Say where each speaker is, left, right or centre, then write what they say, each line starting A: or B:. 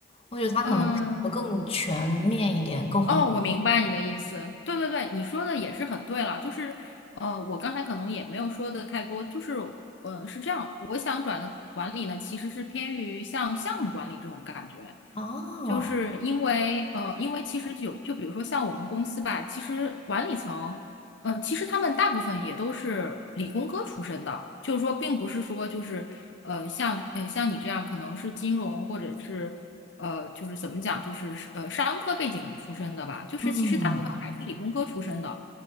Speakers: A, on the left; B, on the left.
A: 我觉得他可能更全面一点，
B: 嗯，
A: 更宏观
B: 哦，我明白你的意思。对对对，你说的也是很对了。就是，呃，我刚才可能也没有说的太多。就是，呃，是这样，我想转的管理呢，其实是偏于像项目管理这种感觉。
A: 啊，
B: 就是因为，呃，因为其实就就比如说像我们公司吧，其实管理层，呃，其实他们大部分也都是理工科出身的，就是说，并不是说就是，呃，像呃像你这样可能是金融或者是。呃，就是怎么讲，就是呃商科背景出身的吧，就是其实大部分还是理工科出身的。
A: 嗯